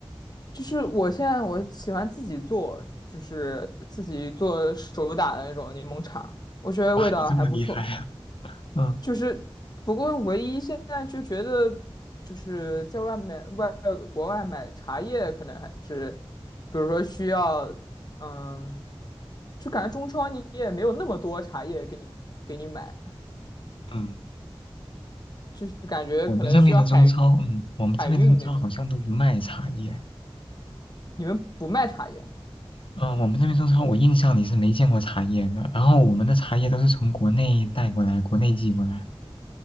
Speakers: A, on the left; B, on the left.
A: 就是我现在我喜欢自己做，就是自己做手打的那种柠檬茶，我觉得味道还不错。
B: 哇，你这么厉害啊 <laughs>！嗯
A: 就是不过唯一现在就觉得，就是在外面外国外买茶叶，可能还是，比如说需要，嗯，就感觉中超你也没有那么多茶叶给你给你买，
B: 嗯，
A: 就是感觉可能需要海
B: 我们这边的中超，嗯，我们这边的中超好像都不卖茶叶。
A: 海运那种。你们不卖茶叶？
B: 嗯，我们这边中超我印象里是没见过茶叶的，然后我们的茶叶都是从国内带过来，国内寄过来。